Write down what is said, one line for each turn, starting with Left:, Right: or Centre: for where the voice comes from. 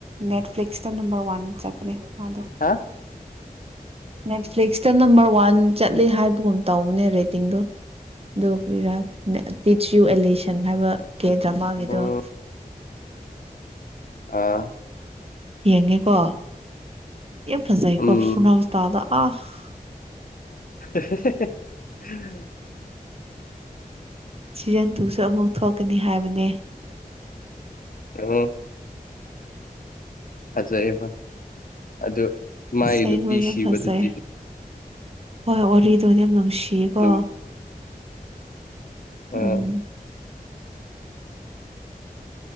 Right: ꯅꯦꯠꯐ꯭ꯂꯤꯛꯁꯇ ꯅꯝꯕꯔ ꯋꯥꯟ ꯆꯠꯄꯅꯦ ꯑꯗꯣ
Left: ꯍꯥ
Right: ꯅꯦꯠꯐ꯭ꯂꯤꯛꯁꯇ ꯅꯝꯕꯔ ꯋꯥꯟ ꯆꯠꯂꯤ ꯍꯥꯏꯕꯒꯨꯝ ꯇꯧꯕꯅꯦ ꯔꯦꯇꯤꯡꯗꯨ ꯑꯣ ꯀ꯭ꯔꯤꯔꯥ ꯇꯤꯆ ꯌꯨ ꯑꯦꯂꯦꯁꯟ ꯍꯥꯏꯕ ꯀꯦ ꯗ꯭ꯔꯃꯥꯒꯤꯗꯣ
Left: ꯎꯝ
Right: <unintelligible>
Left: ꯑꯥ
Right: ꯌꯦꯡꯉꯦꯀꯣ ꯌꯥꯝ ꯐꯖꯩꯀꯣ
Left: ꯎꯝ
Right: ꯁꯨꯅꯥꯇꯥꯗ ꯑꯣꯐ
Left: ꯍ
Right: ꯁꯤꯖzꯟ ꯇꯨꯁꯨ ꯑꯃꯨꯛ ꯊꯣꯛꯀꯅꯤ ꯍꯥꯏꯕꯅꯦ
Left: ꯑ ꯐꯖꯩꯌꯦꯦ ꯐꯣꯏ ꯑꯗꯨ ꯃꯥꯏ
Right: ꯑꯁꯦꯡꯕ
Left: ꯅꯨꯄꯤ
Right: ꯌꯥꯝ
Left: ꯁꯤꯕꯗꯨꯗꯤ
Right: ꯐꯖꯩ ꯍꯣꯏ ꯋꯥꯔꯤꯗꯣꯗꯤ ꯌꯥꯝ ꯅꯨꯡꯁꯤꯌꯦꯀꯣ
Left: ꯑꯗꯨꯝ
Right: ꯎꯝ
Left: ꯑꯥ